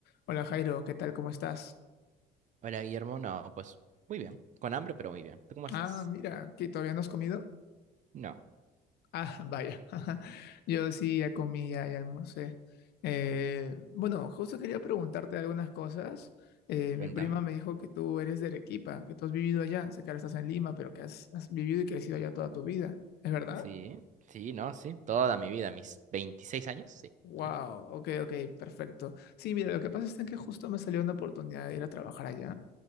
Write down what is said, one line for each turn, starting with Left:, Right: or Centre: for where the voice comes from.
Left: Hola Jairo, ¿qué tal? ¿Cómo estás?
Right: Hola, Guillermo. No, pues muy bien. Con hambre, pero muy bien. ¿Tú cómo estás?
Left: Ah, mira, ¿que todavía no has comido?
Right: No,
Left: Ah, vaya. <laughs> Yo sí ya comí, ya, ya almorcé. Eh, bueno, justo quería preguntarte algunas cosas. Eh, mi
Right: cuéntame.
Left: prima me dijo que tú eres de Arequipa, que tú has vivido allá. Sé que ahora estás en Lima, pero que has, has vivido y crecido allá toda tu vida. ¿Es verdad?
Right: Sí, sí, no, sí. Toda mi vida, mis 26 años, sí.
Left: Wow,
Right: Sí, sí.
Left: ok, ok, perfecto. Sí, mira, lo que pasa es que justo me salió una oportunidad de ir a trabajar allá.